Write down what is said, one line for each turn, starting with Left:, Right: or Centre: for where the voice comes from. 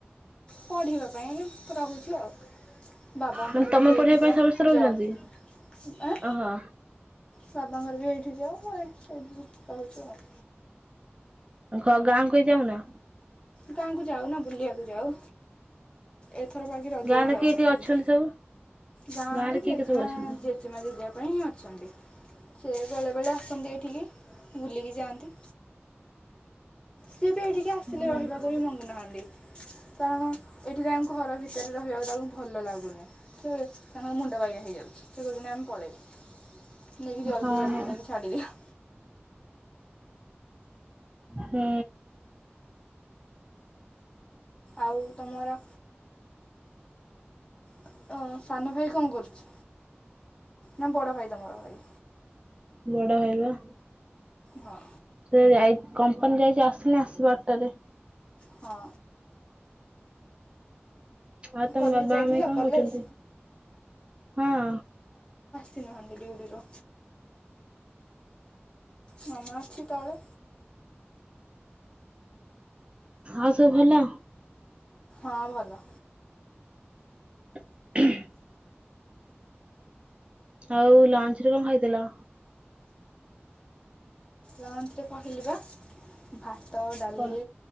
Left: ପଢ଼ିବା ପାଇଁ ରହୁଛୁ ଆଉ। ବାବାଙ୍କର
Right: ମାନେ ତମେ
Left: ବି ଏଇଠି
Right: ପଢିବା
Left: ତ
Right: ପାଇଁ ସମସ୍ତେ ରହୁଛନ୍ତି?
Left: ଜବ୍। ଆଁ,
Right: ଓହୋ
Left: ବାବାଙ୍କର ବି ଏଇଠି ଜବ୍। ଏହିଠି ରହୁଚୁ ଆଉ।
Right: ଖ-ଗାଁକୁ ବି ଯାଉନ?
Left: ଗାଁକୁ ଯାଉନା। ବୁଲିବାକୁ ଯାଉ। ଏଥର ବାକି ରଜରେ
Right: ଗାଁ ରେ
Left: ଯାଇନଥିଲି।
Right: କିଏ କିଏ ଅଛନ୍ତି ସବୁ?
Left: ଗାଁରେ
Right: ଗାଁ ରେ କିଏ
Left: ଜେଜେମା
Right: କିଏ ସବୁ ଅଛନ୍ତି?
Left: ଜେଜେମା ଜେଜେବାପା ପାଇଁ ହିଁ ଅଛନ୍ତି। ସେ ବେଳେବେଳେ ଆସନ୍ତି ଏଇଠିକି। ବୁଲିକି ଯାଆନ୍ତି। ସିଏ ବି ଏଠିକି ଆସିଲେ
Right: ହଁ
Left: ରହିବାକୁ ବି ମଙ୍ଗୁନାହାନ୍ତି। କାରଣ ଏଠି ତାଙ୍କୁ ଘର ଭିତରେ ରହିବାକୁ ତାଙ୍କୁ ଭଲ ଲାଗୁନି। ସେ ତାଙ୍କର ମୁଣ୍ଡ ବାଇଆ ହେଇଯାଉଛି। ସେ କହୁଚନ୍ତି ଆମେ ପଳେଇବୁ। ନେଇକି ଜଲଦି
Right: ହଁ
Left: ଜଲଦି
Right: ହଁ
Left: ନେଇକି ଛାଡିଦିଅ।
Right: ହଁ।
Left: ଆଉ ତୋମର ଅ, ସାନ ଭାଇ କଣ କରୁଛି? ନା ବଡ଼ ଭାଇ ତୋମର ଭାଇ?
Right: ବଡ ଭାଇ ପା।
Left: ହଁ।
Right: ସେ ଯାଇ, କମ୍ପାନୀ ଯାଇଚି। ଆସିନେ ଆସିବ ଆଟାରେ।
Left: ହଁ।
Right: ଆଉ ତୋମ
Left: କଲେଜ
Right: ବାବା
Left: ଯାଇଥିଲ
Right: ମମ୍ମି କଣ
Left: କଲେଜ?
Right: କରୁଚିନ୍ତି? ହଁ।
Left: ଛି ନହେଲେ ବି ଉଡ଼ିବ। ମାମା ଅଛି ତାହଲେ।
Right: ଆଉ ସବୁ ଭଲ?
Left: ହଁ ଭଲ।
Right: <inaudible> ଆଉ ଲଞ୍ଚ୍ ରେ କଣ ଖାଇଥିଲ?
Left: ଲଞ୍ଚ୍ ରେ କହିଲି ବା ଭା ତ, ଡାଲି
Right: କ